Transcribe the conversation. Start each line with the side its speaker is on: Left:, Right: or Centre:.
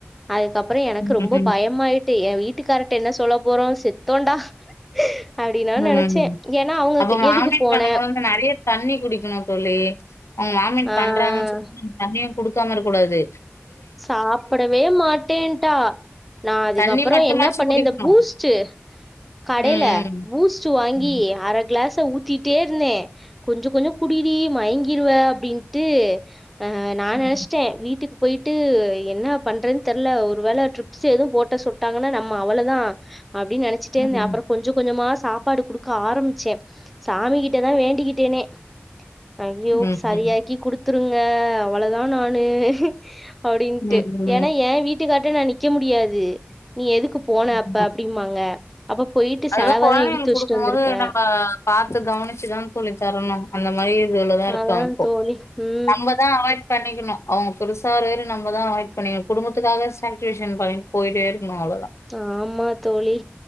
Centre: அதுக்கப்புற எனக்கு ரொம்ப
Left: ம்
Centre: பயமாயிட்டு எ வீட்டுக்கார்ட என்ன சொல்ல போறோ செத்தோண்டா அப்படினா
Left: ம்
Centre: நெனைச்சே
Left: ம்
Centre: ஏன்னா அவங்க
Left: அப்ப வாமிட்
Centre: எதுக்கு போன
Left: பண்ணும்போது வந்து நெறைய தண்ணி குடிக்கணு தோழி அவங்க வாமிட்
Centre: ஆ
Left: பண்றாங்கன்
Centre: ஆ
Left: சொல்லி தண்ணியு குடுக்காம இருக்க கூடாது
Centre: சாப்படவே மாட்டேன்டா நா அதுக்கப்புற
Left: தண்ணி மட்டுமாச்சும்
Centre: என்னா பண்ணே
Left: குடிக்கணும்.
Centre: இந்த பூஸ்டு கடைல
Left: ம்,
Centre: பூஸ் ச்ச வாங்கி
Left: ம்.
Centre: அர க்ளாஸ ஊத் திட்டே இருந்தே கொஞ்ச கொஞ்ச குடிடி மயங்கிறுவ அப்டின்ட்டு அ நா
Left: ம்.
Centre: நெனச்டே வீட்டுக்கு ட்டு என்ன பண்றன் தெர்ல ஒரு வேள ட்ரிப்ஸ் எதுவு போட்ட சொட்டாங்கன்னா நம்ம அவ்ளதா அப்டின் நெனைச்டே இருந்தே
Left: ம்.
Centre: அப்ற கொஞ்ச கொஞ்சமா சாப்பாடு குடுக் க ஆரம்பிச்சே சாமி கிட்டதா வேண்டிக்கிட்டேனே ஐயோ
Left: ம்.
Centre: சரியாக்கி
Left: ம்.
Centre: குடுத்துருங்க அவ்வளதா நானு அப்டின்ட்டு
Left: ம். ம்.
Centre: ஏன்னா ஏ வீட்டுக்கார்ட்ட நா நிக்க முடியாது நீ எதுக்கு போன அப்ப
Left: ம்.
Centre: அப்டிம்மாங்க அப்ப போய்ட்டு
Left: அதுதான்
Centre: செலவதா
Left: குழந்தைங்களுக்கு
Centre: இழுத்து வச்சிட்டு
Left: குடுக்கும்போது
Centre: வந்திருக்க
Left: நம்ம பாத்து கவனிச்சுதா தோழி தரணு அந்த மாரி இது இவ்ளதா இருக்கு
Centre: அதா
Left: இப்போ
Centre: தோழி ம்
Left: நம்ப தா அவாய்ட் பண்ணிக்கணு அவங்க பெருசா ஒரு ஒரு நம்பதா அவாய்ட் பண்ணிக்கணு குடும்பத்துக்காக சேக்ரீப்பேஷன் பண் போய்ட்டே இருக்கனு அவ்ளோத
Centre: ஆமா தோழி